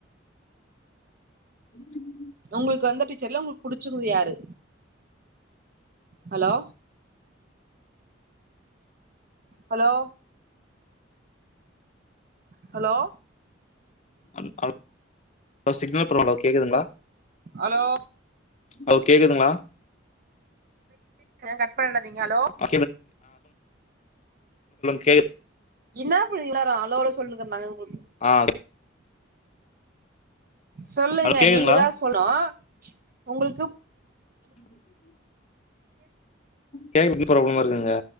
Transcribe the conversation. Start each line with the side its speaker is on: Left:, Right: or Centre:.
Left: <inaudible>
Right: உங்குளுக் வந்த டீச்சர்ல உங்குளுக் புடிச்சவங்க யாரு hello hello hello
Left: hello hello hello signal problem கேக்குதுங்ளா
Right: ஹலோ
Left: ஹலோ கேக்குதுங்ளா
Right: கட் பண்ணிடாதீங்க ஹலோ
Left: ஆ கே <inaudible>
Right: இன்னா பண்ணி இவ்நேரோ அலோ அலோ சொல்லுட்றுக நாங்க உங்ளுக்கு
Left: ஆ
Right: சொல்லுங்க
Left: ஹலோ கேக்குதுங்களா
Right: நீங்கதா சொல்னு உங்ளுக்கு
Left: <unintelligible> கேக்குறதுக்கு ப்ராப்ளமா இருக்காங்க